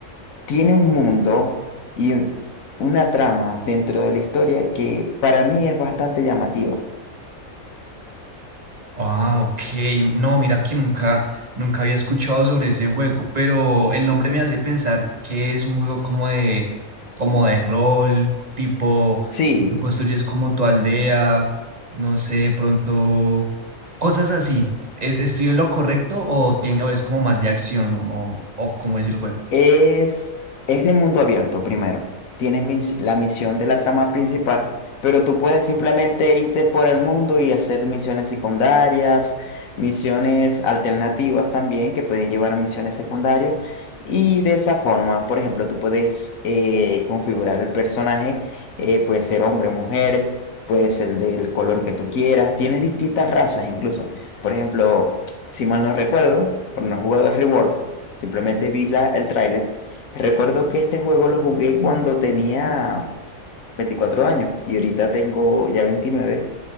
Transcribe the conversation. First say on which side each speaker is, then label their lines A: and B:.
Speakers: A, on the left; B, on the right.
A: tiene un mundo y un- una trama dentro de la historia que para mí es bastante llamativa.
B: Ah, ok. No, mira que nunca, nunca había escuchado sobre ese juego, pero el nombre me hace pensar que es un juego como de, como de rol, tipo,
A: Sí,
B: tú construyes como tu aldea, no sé, de pronto, cosas así. ¿Es, estoy en lo correcto o, tiene, o es como más de acción o, o cómo es el juego?
A: Es, es de mundo abierto, primero. Tienes mis- la misión de la trama principal, pero tú puedes simplemente irte por el mundo y hacer misiones secundarias, misiones alternativas también, que pueden llevar a misiones secundarias. Y de esa forma, por ejemplo, tú puedes eh, configurar el personaje, eh, puede ser hombre, mujer, puede ser del color que tú quieras. Tienes distintas razas incluso. Por ejemplo, si mal no recuerdo, por no jugador de Reward. Simplemente vi la, el tráiler. Recuerdo que este juego lo jugué cuando tenía 24 años y ahorita tengo ya veintinueve